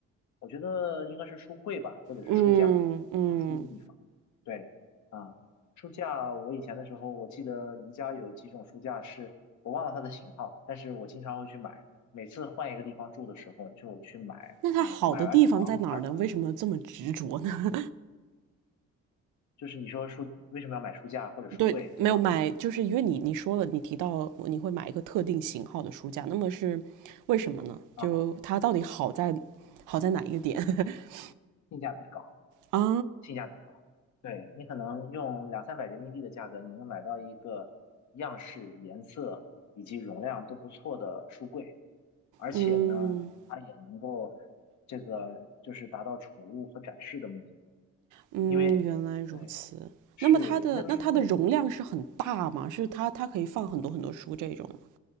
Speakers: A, on the left; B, on the right.
A: 我觉得应该是书柜吧，或者是书架，
B: 嗯嗯，
A: 放书的地方。对，啊，书架，我以前的时候，我记得宜家有几种书架是，我忘了它的型号，但是我经常会去买，每次换一个地方住的时候就去买，
B: 那它好的地方在哪儿呢？
A: 嗯，买完床、沙发，
B: 为什么这么执着呢？
A: 就是你说书为什么要买书架或者书柜，
B: <laughs> 对，
A: 对吗？
B: 没有买，就是因为你你说了，你提到你会买一个特定型号的书架，那么是为什么呢？
A: 啊，
B: 就它到底好在好在哪一个点 <laughs>
A: 性价比高，
B: 啊？
A: 性价比高。对，你可能用两三百人民币的价格，你能买到一个样式、颜色以及容量都不错的书柜。而且呢，
B: 嗯
A: 它也能够这个就是达到储物和展示的目的，
B: 嗯，
A: 因为对
B: 原来如此。
A: 是那个书柜，
B: 那么它的那它的容量是很大吗？是它它可以放很多很多书这种吗